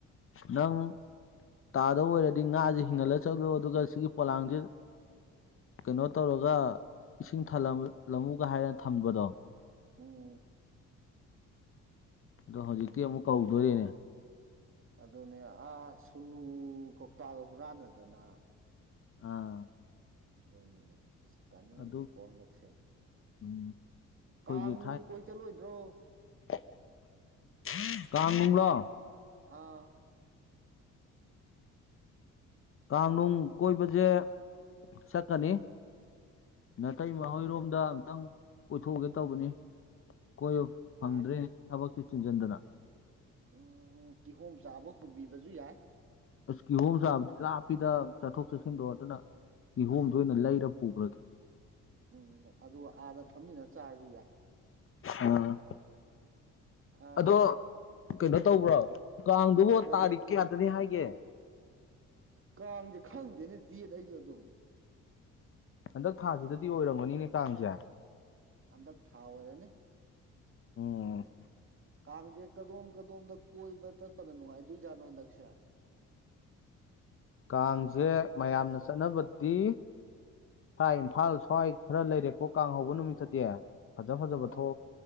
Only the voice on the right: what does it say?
ꯑꯣ
ꯑꯗꯨꯅꯦ ꯑꯥ ꯁꯨꯅꯨ ꯀꯧꯇꯥꯒ ꯍꯨꯔꯥꯟꯅꯗꯅ
ꯑꯗꯨꯅꯤꯅꯦ ꯇꯕ ꯉꯝꯗꯦꯀꯣ
ꯍꯟꯗꯛꯁꯦ
ꯀꯥꯡ
ꯅꯨꯡ ꯀꯣꯏ ꯆꯠꯂꯣꯏꯗ꯭ꯔꯣ
ꯑꯥ <inaudible>
ꯑꯣ
ꯌꯥꯏ
ꯎꯝ ꯎ ꯀꯤꯍꯣꯝ ꯆꯥꯕꯧ ꯄꯨꯕꯤꯕꯁꯨ ꯌꯥꯏ
ꯎꯝ ꯑꯗꯨꯒ ꯑꯥꯗ ꯐꯝꯃꯤꯟꯅ ꯆꯥꯔꯁꯨ ꯌꯥꯏ
ꯑꯥ
ꯀꯔꯤ
ꯀꯥꯡꯁꯦ ꯈꯪꯗꯦꯅꯦ ꯗꯦꯠ ꯑꯩꯁꯨ ꯑꯗꯨꯝ
ꯍꯟꯗꯛ ꯊꯥ ꯑꯣꯏꯔꯅꯤ
ꯀꯥꯡꯁꯦ ꯀꯥꯗꯣꯝ ꯀꯥꯗꯣꯝꯗ ꯀꯣꯏꯕ ꯆꯠꯄꯥꯅ ꯅꯨꯡꯉꯥꯏꯗꯣꯏꯖꯥꯠꯅꯣ ꯍꯟꯗꯛꯁꯦ
ꯑꯥ